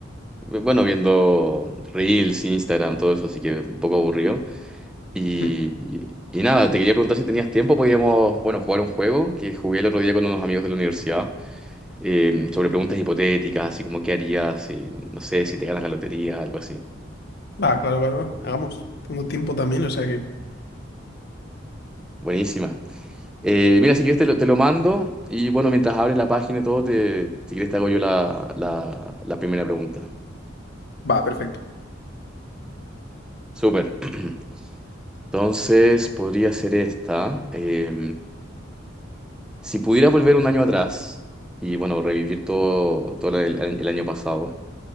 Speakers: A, in the centre; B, on the left (about 50°).
A: bueno, viendo Reels, Instagram, todo eso, así que un poco aburrido. Y,
B: Mm.
A: y- y nada, te quería preguntar si tenías tiempo, podíamos, bueno, jugar un juego que jugué el otro día con unos amigos de la universidad eh, sobre preguntas hipotéticas, así como qué harías, si, no sé, si te ganas la lotería, algo así.
B: Va, claro, claro. Hagamos. Tengo tiempo también, o sea que...
A: Buenísima. Eh, mira, si quieres te lo, te lo mando y bueno, mientras abres la página y todo, te, si quieres te hago yo la, la- la primera pregunta.
B: Va, perfecto.
A: Súper. <clears throat> Entonces, podría ser esta. Eh, si pudieras volver un año atrás y bueno, revivir todo, todo el, el año pasado,